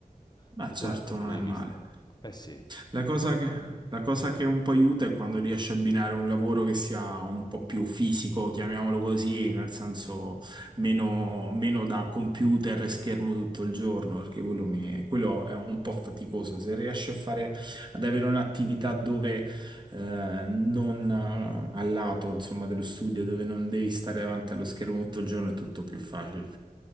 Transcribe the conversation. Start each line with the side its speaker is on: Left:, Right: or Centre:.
Right: Ma
Left: sotto
Right: certo,
Left: quel punto
Right: non
Left: di
Right: è male.
Left: vista. Eh sì,
Right: La cosa che, la cosa che un po' aiuta è quando riesci a abbinare un lavoro che sia un po' più fisico, chiamiamolo così, nel senso meno, meno da computer e schermo tutto il giorno, perché quello, mi- quello è un po' faticoso. Se riesci a fare, ad avere un'attività dove eh, non eh, al lato, insomma, dello studio, dove non devi stare davanti allo schermo tutto il giorno, è tutto più facile.